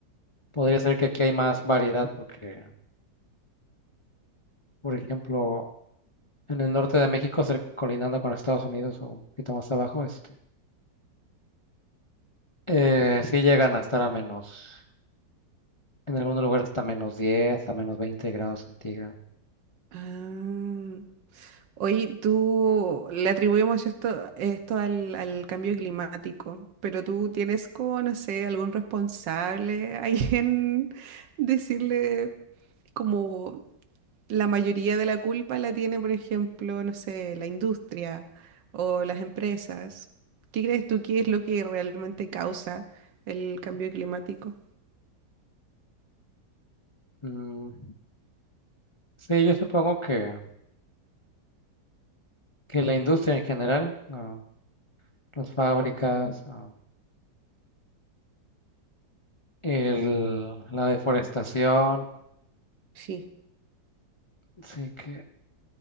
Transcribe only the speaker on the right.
ah. Oye, tú le atribuimos esto, esto al, al cambio climático, pero tú tienes como, no sé, algún responsable ahí <laughs> en decirle como La mayoría de la culpa la tiene, por ejemplo, no sé, la industria o las empresas. ¿Qué crees tú que es lo que realmente causa el cambio climático?
Sí.